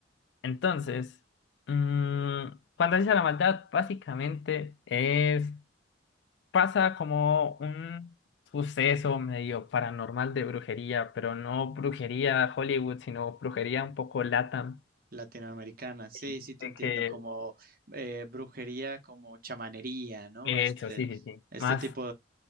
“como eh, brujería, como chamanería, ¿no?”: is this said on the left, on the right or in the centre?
Right